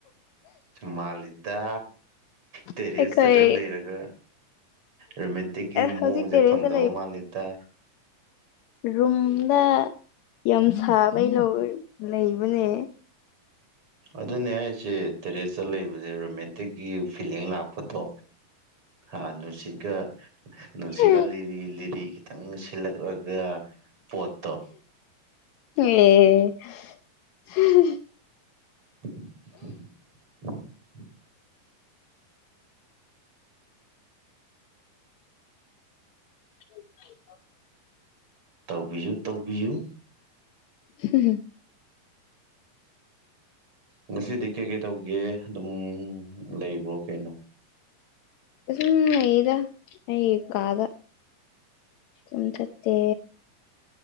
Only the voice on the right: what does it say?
ꯃꯥꯂꯤꯗ ꯇꯦꯔꯤꯁꯇꯒꯥ
ꯂꯩꯔꯒ꯫ ꯔꯣꯃꯦꯟꯇꯤꯛꯀꯤ
ꯃꯑꯣꯡꯁꯦ
ꯐꯪꯗꯕ ꯃꯥꯜꯂꯤꯗ
ꯑꯗꯨꯅꯦ ꯑꯩꯁꯦ ꯇꯦꯔꯦꯁꯇ ꯂꯩꯕꯁꯦ ꯔꯣꯃꯦꯟꯇꯤꯛꯀꯤ ꯐꯤꯂꯤꯡ ꯂꯥꯛꯄꯗꯣ꯫ ꯍꯥ ꯅꯨꯡꯁꯤꯠꯀ ꯅꯨꯡꯁꯤꯠꯀ
ꯂꯤꯔꯤ ꯂꯤꯔꯤ ꯈꯤꯇꯪ ꯁꯤꯠꯂꯛꯂꯒ ꯄꯣꯠ
<inaudible>
ꯇꯧꯕꯤꯌꯨ ꯇꯧꯕꯤꯌꯨ
ꯉꯁꯤꯗꯤ ꯀꯩꯀꯩ ꯇꯧꯒꯦ ꯑꯗꯨꯝ ꯂꯩꯕ꯭ꯔꯣ ꯀꯩꯅꯣ꯫